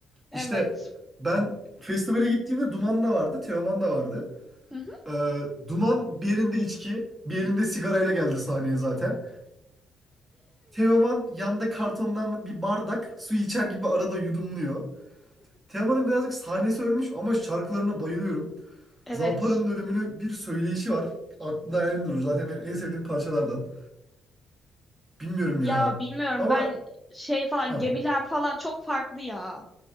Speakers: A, in the centre; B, on the right (about 20°).
A: Evet.
B: İşte ben festivale gittiğimde Duman da vardı, Teoman da vardı.
A: Hı hı.
B: Ee, Duman bir elinde içki, bir elinde sigarayla geldi sahneye zaten. Teoman yanda kartondan bir bardak su içer gibi arada yudumluyor. Teoman'ın birazcık sahnesi ölmüş ama şarkılarına bayılıyorum.
A: <laughs> Evet.
B: Zampara'nın ölümünü bir söyleyişi var. Aklımda hayalim durur. Zaten benim en sevdiğim parçalardan. Bilmiyorum
A: Ya
B: ya.
A: bilmiyorum
B: Ama
A: ben şey falan
B: heh,
A: gemiler falan çok farklı ya.